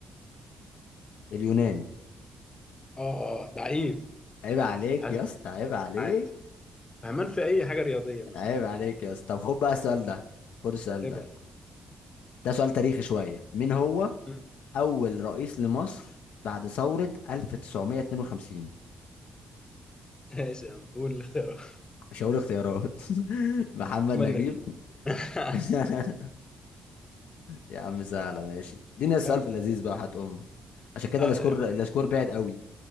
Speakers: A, on the left; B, on the left.
A: اليونان
B: اه اه لعيب
A: عيب عليك
B: أسود،
A: يا اسطى عيب عليك
B: عادي فهمان في اي حاجه رياضيه ما
A: عيب
B: شاء الله
A: عليك يا اسطى طب خد بقى السؤال ده خد السؤال
B: ايه
A: ده
B: بقى <laughs>
A: ده سؤال تاريخي شوية مين هو
B: مم.
A: أول رئيس لمصر بعد ثورة 1952
B: ماشي يا عم قول الاختيارات
A: مش هقول اختيارات <laughs> محمد
B: محمد
A: نجيب
B: نجيب <laughs>
A: <laughs> يا عم سهلة ماشي اديني السؤال
B: تمام
A: في اللذيذ بقى حت امك عشان كده
B: حاضر
A: الاسكور
B: يا عم
A: الاسكور بعد قوي